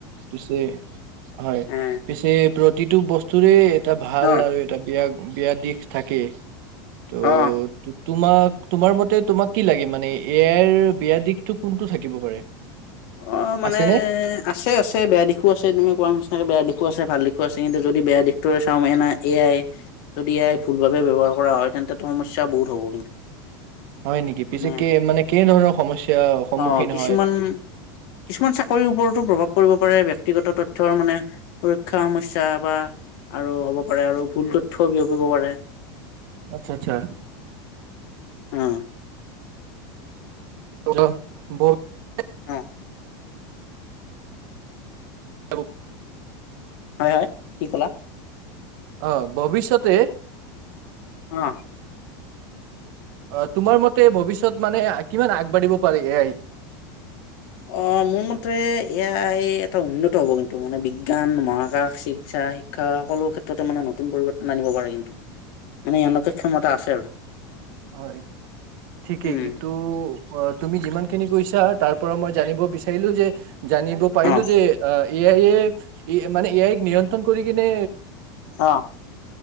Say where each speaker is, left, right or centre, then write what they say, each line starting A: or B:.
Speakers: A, on the right; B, on the left.
A: পিছে হয়
B: এ
A: পিছেবোৰত প্ৰতিটো বস্তুৰে এটা ভাল
B: অ
A: আৰু এটা বেয়া বেয়া দিশ থাকে। ত।
B: অ
A: তোমাক, তোমাৰ মতে তোমাক কি লাগে মানে, এ এই ৰ বেয়া দিশটো কোনটো থাকিব পাৰে?
B: অ' মানে,
A: আছেনে
B: আছে আছে, বেয়া দিশো আছে তুমি কোৱা নিচিনাকে, বেয়া দিশ যোৱা চোৱা ভাল দিশো আছে কিন্তু যদি বেয়া দিশটোৰে চাওঁ এ ন এয়াই যদি এ আই ভুল ভাবেে ব্যৱহাৰ কৰা হয় তেন্তে সমস্যা বহুত হব কিন্তু।
A: হয় নেকি
B: মানে
A: পিছে ক মানে কেই ধৰণৰ সমস্যাৰ সন্মুখীন
B: অ' কিছুমান
A: হয়
B: কিছুমান চাকৰিৰ ওপৰতো প্ৰভাৱ পৰিব পাৰে ব্যক্তিগত তথ্যই মানে সুৰক্ষা সমস্যা বা আৰু হ'ব পাৰে আৰু ভুল তথ্যও বিয়পিব পাৰে।
A: আচ্ছা আচ্ছা।
B: অ।
A: <unintelligible>
B: অ।
A: হব।
B: হে কি কলা?
A: অ ভৱিষ্যতে
B: অ।
A: অ', তোমাৰ মতে ভৱিষ্যত মানে কিমান আগবাঢ়িব পাৰে এ আই?
B: আহ মোৰ মতে এয়াই এটা উন্নত হব কিন্তু মানে বিজ্ঞান মহাকাশ চিকিৎসা শিক্ষা সকলো ক্ষেত্ৰতে মানে নতুন পৰিৱৰ্তন আনিব পাৰে কিন্তু মানে এনকে ক্ষমতা আছে আৰু।
A: হয় ঠিকেই
B: উম
A: কিন্তু তুমি যিমান খিনি কৈছা তাৰ পৰা মই জানিব বিচাৰো <unintelligible> যে জানিব পাৰিলো
B: অ
A: যে এ আই এ মানে এ আইক নিয়ন্ত্ৰণ কঁৰি কেনে
B: অ',